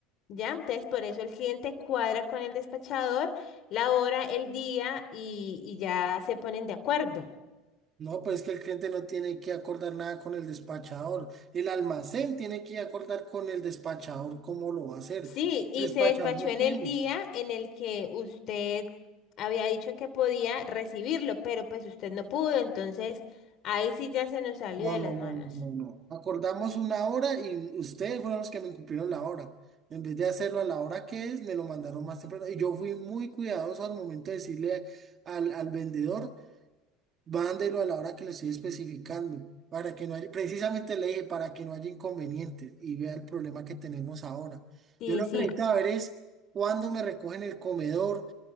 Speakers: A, on the left; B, on the right.
A: Ya, entonces por eso el cliente cuadra con el despachador la hora, el día y, y ya se ponen de acuerdo.
B: No, pues es que el cliente no tiene que acordar nada con el despachador. El almacén tiene que acordar con el despachador cómo lo va a hacer.
A: Sí,
B: El
A: y
B: despachador
A: se despachó
B: no
A: en
B: tiene.
A: el día en el que usted había dicho que podía recibirlo, pero pues usted no pudo, entonces ahí sí ya se nos salió
B: No,
A: de
B: no,
A: las
B: no,
A: manos.
B: no, no, no. Acordamos una hora y ustedes fueron los que me incumplieron la hora. En vez de hacerlo a la hora que es, me lo mandaron más temprano. Y yo fui muy cuidadoso al momento de decirle al, al vendedor, mándelo a la hora que le estoy especificando, para que no haya, precisamente le dije, para que no haya inconvenientes y vea el problema que tenemos ahora.
A: Sí,
B: Yo lo
A: sí,
B: que necesito saber es cuándo me recogen el comedor,